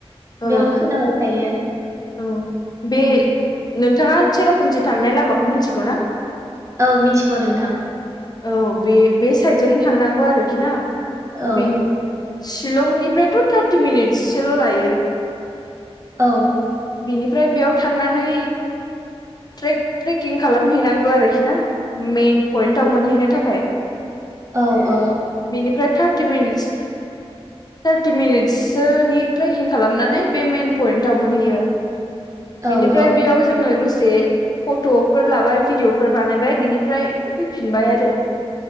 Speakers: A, on the left; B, on the right.
A: औ
B: बेयावनो खोनाबाय थायो
A: औ बे
B: उम
A: नोंथाङा चेरापुन्जि थांनाय लामाखौ मिथिगौ ना
B: औ मिथिगौ नोंथां
A: औ बे बे साइदजोंनो थांनांगौ आरोखि ना
B: औ
A: बे शिलंनिफ्रायथ' थार्टि मिनिट्ससोल' लायो।
B: औ।
A: बिनिफ्राय बेयाव थांनानै ट्रेक ट्रेकिं खालामहैनांगौ आरोखि ना मेन पइन्टाव मोनहैनो थाखाय
B: औ औ।
A: बिनिफ्राय थार्टि मिनिटस थार्टि मिनिटसोनि ट्रेकिं खालामनानै बे मेन पयन्टाव मोनहैयो बिनिफ्राय
B: औ औ
A: बेयाव जोङो दसे फट'फोर लाबाय भिडिअफोर बानायबाय बिनिफ्राय फैफिनबाय आरो